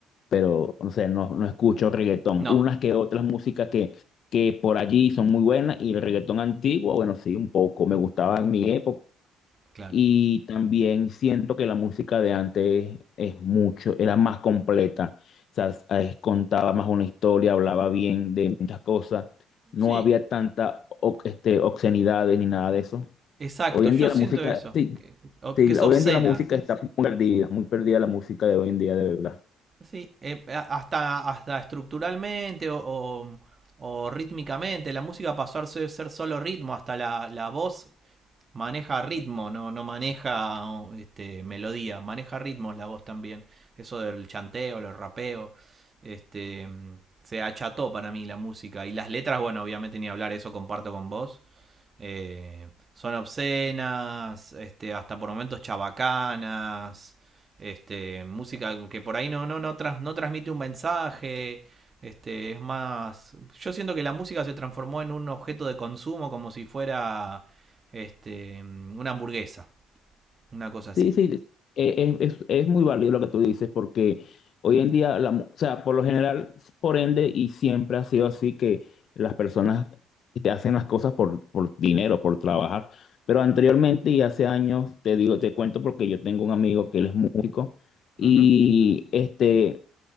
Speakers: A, on the left (about 60°); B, on the right (about 35°).
A: pero no sé, no, no escucho reggaetón.
B: No,
A: Unas que otras músicas que, que por allí son muy buenas y el reggaetón antiguo, bueno, sí, un poco, me gustaba en mi época.
B: claro.
A: Y también siento que la música de antes es mucho, era más completa. O sea, s- eh, contaba más una historia, hablaba bien de muchas cosas. No
B: Sí,
A: había tanta ob- este, obscenidades ni nada de eso.
B: exacto,
A: Hoy en
B: yo
A: día
B: siento
A: la música,
B: eso,
A: sí,
B: que,
A: sí,
B: que
A: la-
B: es obscena.
A: hoy en día la música está muy perdida, muy perdida la música de hoy en día, de verdad.
B: Sí, eh, hasta, hasta estructuralmente o, o- o rítmicamente, la música pasó a ser, ser solo ritmo, hasta la, la voz maneja ritmo, no, no maneja este, melodía, maneja ritmos la voz también. Eso del chanteo, los rapeos, este, se acható para mí la música. Y las letras, bueno, obviamente ni hablar, eso comparto con vos. Eh, son obscenas, este, hasta por momentos chabacanas, este, música que por ahí no, no, no, trans- no transmite un mensaje. Este, es más. Yo siento que la música se transformó en un objeto de consumo como si fuera este, una hamburguesa, una cosa así.
A: Sí, sí, es, es- es- es muy válido lo que tú dices, porque hoy en día, la mu- o sea, por lo general, por ende, y siempre ha sido así que las personas te hacen las cosas por, por dinero, por trabajar. Pero anteriormente y hace años, te digo, te cuento porque yo tengo un amigo que él es músico y
B: Ujú,
A: este,